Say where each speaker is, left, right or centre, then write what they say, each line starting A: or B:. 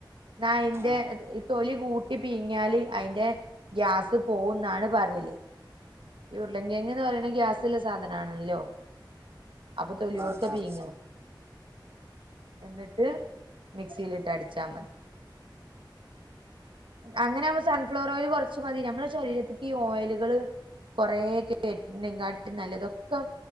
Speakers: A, on the right; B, on the right.
A: എന്നാ അയിന്റെ
B: ആഹ്
A: തൊലി കൂട്ടി പീങ്ങാല് അയിന്റെ ഗ്യാസ് പോകുന്നാണ് പറയല്. ഈ ഉരുളകെങ്ങന്ന് പറയണത് ഗ്യാസുള്ള സാധനാണല്ലോ അപ്പൊ തൊലിയോർക്ക
B: ആഹ് ആഹ്
A: പീങ്ങും എന്നിട്ട് മിക്സിയിലിട്ട് അടിച്ചാൽ മതി. അങ്ങനെ ആകുമ്പോ സൺഫ്ലവർ ഓയിയില് കുറച്ച മതി നമ്മുടെ ശരീരത്തിക്ക് ഈ ഓയിലുകള് കൊറെക്കേ കേട്ടിണ്ടെകാട്ടി നല്ലതൊക്കെ